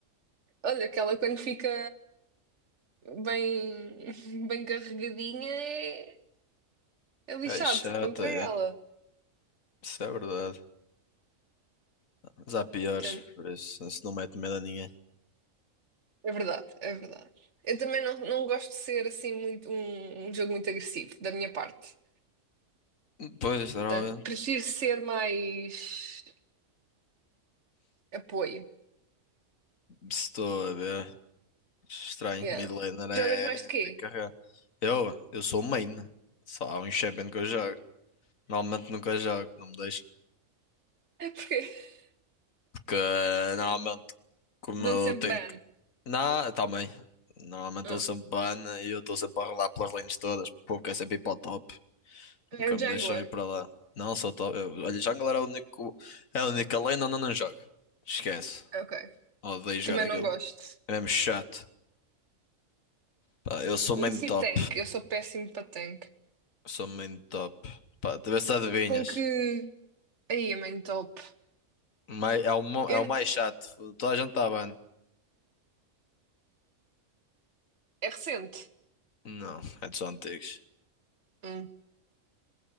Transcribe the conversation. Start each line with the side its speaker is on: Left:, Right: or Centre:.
Right: Olha, aquela quando fica bem, <laughs> bem carregadinha é, é lixado
Left: É chata,
Right: contra
Left: é.
Right: ela.
Left: Isso é verdade. Mas há piores,
Right: Portanto,
Left: por isso, isso não mete medo a ninguém.
Right: é verdade, é verdade. Eu também não, não gosto de ser assim muito um, um jogo muito agressivo da minha parte.
Left: Pois, normalmente.
Right: Portanto, prefiro ser mais apoio.
Left: Se Estou a ver. Estranho,
Right: Yeah.
Left: mid laner é.
Right: Jogas mais de quê?
Left: Tem que carregar. Eu, eu sou main. Só há um champion que eu jogo. Normalmente nunca jogo, não me deixo.
Right: É porque <laughs>
Left: Porque eh, normalmente, como
Right: dão-te
Left: eu
Right: sempre
Left: tenho
Right: ban.
Left: que. Não, também. Normalmente estou
Right: Ah.
Left: sempre ban e eu estou sempre a rolar pelas lanes todas. Porque é sempre ir para o top. Nunca
Right: É
Left: me
Right: jungler.
Left: deixam ir para lá. Não, sou top. Eu, olha, jungle era o único, é a única lane onde eu não jogo. Esquece.
Right: Ok.
Left: Odeio jogar
Right: Também
Left: aquilo.
Right: não gosto.
Left: É mesmo chato. Pá, eu sou
Right: E
Left: main
Right: se
Left: top.
Right: tank? Eu sou péssimo para tank.
Left: Sou main top. Pá, tu vê se adivinhas.
Right: Com que. Aí, é main top.
Left: Mai- é o, mo-
Right: Eu-
Left: é o mais chato. Toda a gente está ban.
Right: É recente.
Left: Não, é dos antigos.
Right: Hum.